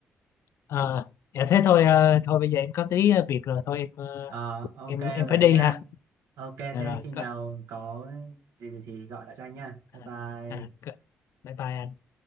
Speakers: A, on the left; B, on the right.
A: Ờ, dạ thế thôi ờ, thôi bây giờ em có tí ờ, việc rồi thôi em ờ,
B: Ờ, ok
A: em
B: vậy
A: em phải đi
B: nha.
A: ha.
B: Ok,
A: Dạ
B: thế
A: rồi.
B: khi
A: Có,
B: nào có gì thì thì gọi lại cho anh nha. Bye
A: à,
B: bye.
A: à, có, bye bye anh.